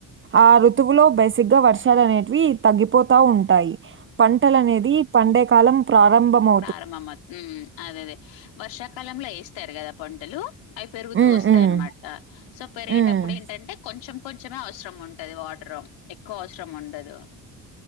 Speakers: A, on the right (about 30°); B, on the left (about 85°).
A: ఆ ఋతువులో బేసిక్ గా వర్షాలు అనేవి తగ్గిపోతా ఉంటాయి పంటలు అనేది పండేకాలం ప్రారంభము
B: ప్రారంభంమ అదే అదే వర్షాకాలంలో వేస్తారు కదా పంటలు అవి పెరుగుతూ
A: హ్మ్.
B: వస్తాయి
A: హ్మ్.
B: అనమాట సో పెరిగేటప్పుడు
A: హ్మ్.
B: ఏంటంటే కొంచెం కొంచమే అవసరం ఉంటుంది ది వాటర్ ఎక్కువ అవసరం ఉండదు